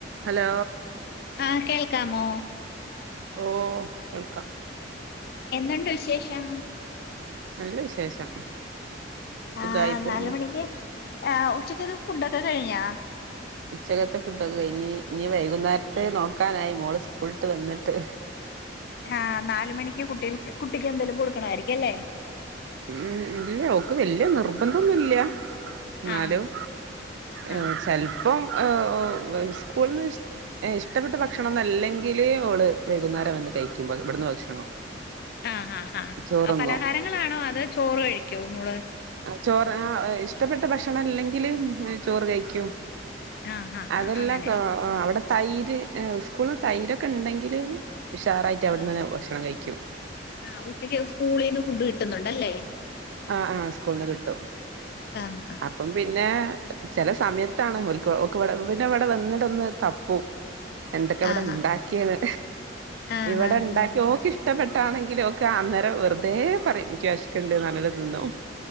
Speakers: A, on the right (about 80°); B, on the left (about 55°).
A: ഹലോ
B: ആഹ് കേൾക്കാമോ?
A: ഓ കേൾക്കാം
B: എന്തുണ്ട് വിശേഷം
A: ന്നല്ല വിശേഷം സുഖായി
B: ആഹ്
A: പോവുന്നു
B: നാല് മണിക്ക് ആഹ് ഉച്ചക്കൽത്തെ ഫുഡൊക്കെ കഴിഞ്ഞാ
A: ഉച്ചക്കത്തെ ഫുഡൊക്കെ കയിഞ്ഞ് ഇനി വൈകുന്നേരത്തെ നോക്കാനായി മോള് സ്കൂൾ വിട്ട് വന്നിട്ട്
B: ആഹ് നാലുമണിക്ക് കുട്ടികൾക്ക് കുട്ടിക്ക് എന്തേലും കൊടുക്കണായിരിക്കും അല്ലേ
A: ഉം ഇല്ല ഓൾക്ക് വല്യ നിർബന്ധന്നുല്ല എന്നാലും
B: ആ ആ
A: എ ചെലപ്പം ഏ ഓ വെ സ്കൂൾന്ന് സ്- ഇഷ്ടപ്പെട്ട ഭക്ഷണം ഒന്നല്ലെങ്കില് ഓള് വൈകുന്നേ രം വന്ന് കഴിക്കും ഇവടന്ന് ഭക്ഷണം.
B: ആ ഹാ ഹാ
A: ചോറ്ന്നും
B: പലഹാരങ്ങളാണോ അതൊ ചോറ് കഴിക്കോ മോള്
A: അ ചോറ് ആ ഇഷ്ടപ്പെട്ട ഭക്ഷണം അല്ലെങ്കില് ചോറ് കഴിക്കും
B: ആ ആ
A: അതെല്ല
B: ആ അങ്ങനെ
A: ട്ടൊ ഓ അവിടെ തൈര് സ്കൂളില് തൈരൊക്കെ ഉണ്ടെങ്കില് ഉഷാറായിട്ട് അവിടുന്നെന്നെ
B: ആ
A: ഭക്ഷണം കഴിക്കും.
B: ആ ഉച്ചയ്ക്ക് സ്കൂളീന്ന് ഫുഡ് കിട്ടുന്നുണ്ടല്ലെ.
A: ആ ആ സ്കൂള്ന്ന് കിട്ടും.
B: ആഹ്.
A: അപ്പം പിന്നെ ചെല സമയത്താണ് ഓൽക്ക് പിന്നെ ഇവിടെ വന്നിട്ടൊന്ന് തപ്പും.
B: <inaudible>
A: എന്തൊക്കെ ഇവിടെ ഇണ്ടാക്കിയത്.
B: ആ ആ
A: ഇവിടെ
B: ആ
A: ഇണ്ടാക്കി ഓക്കിഷ് ഇഷ്ടപ്പെട്ടാണെങ്കിലും ഓക്ക് അന്നേരം വെറുതെ പറയും. എനിക്ക് വെശക്ക്ണ്ട് നറ്ഞ്ഞ്ട്ട് തിന്നും.